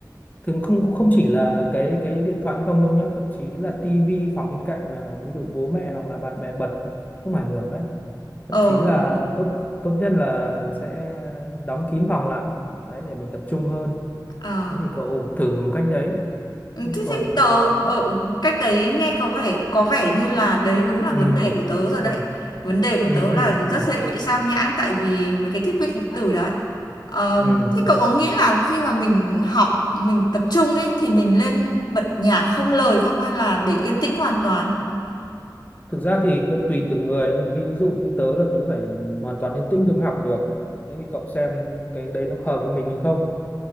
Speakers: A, on the left; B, on the left.
A: thường không cũng không chỉ là cái cái điện thoại không đâu nhá thậm chí là tivi phòng bên cạnh mà ví dụ bố mẹ hoặc là bạn bè bật đó, cũng ảnh hưởng đấy thậm
B: Ờ,
A: chí là
B: ừ.
A: tốt tốt nhất là sẽ đóng kín phòng lại đấy để mình tập trung hơn
B: ờ.
A: Thế thì cậu thử một cách đấy
B: Ừ,
A: chứ
B: Thế
A: còn
B: thì tớ
A: ờ,
B: ở cách đấy nghe có vẻ có vẻ như là đấy đúng là
A: ừ,
B: vấn đề của tớ rồi
A: ừ,
B: đấy. Vấn đề của
A: ừ,
B: tớ
A: ừ,
B: là rất
A: ừ,
B: dễ bị sao nhãng tại vì mấy cái thiết bị điện tử đấy. Ờm,
A: ừ.
B: thế cậu có nghĩ là khi mà mình học, mình tập trung ấy thì mình lên bật nhạc không lời không hay là để yên tĩnh hoàn toàn?
A: thực ra thì có tùy từng người nhưng ví dụ như tớ là tớ phải hoàn toàn yên tĩnh tớ mới học được thế thì cậu xem cái đấy nó hợp với mình hay không